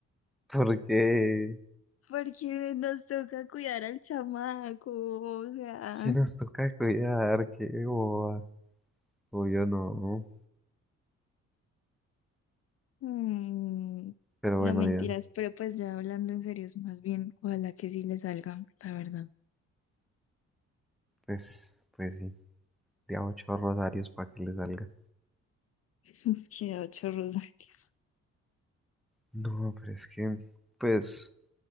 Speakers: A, in the centre; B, on the left (about 50°).
A: Porque
B: porque nos toca cuidar al chamaco, o sea,
A: es que nos toca cuidar, qué boba. Obvio no,
B: mm,
A: pero
B: no
A: bueno,
B: mentiras,
A: ya,
B: pero pues ya hablando en serio, es más bien, ojalá que sí le salga, la verdad.
A: pues, pues sí, de a ocho rosarios para que le salga.
B: <laughs> Nos queda ocho rosarios.
A: No, pero es que, pues,